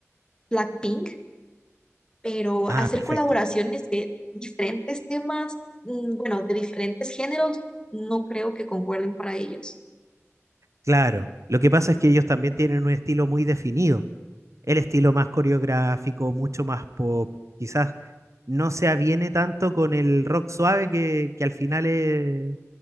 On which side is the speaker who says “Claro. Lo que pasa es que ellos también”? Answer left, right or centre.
Right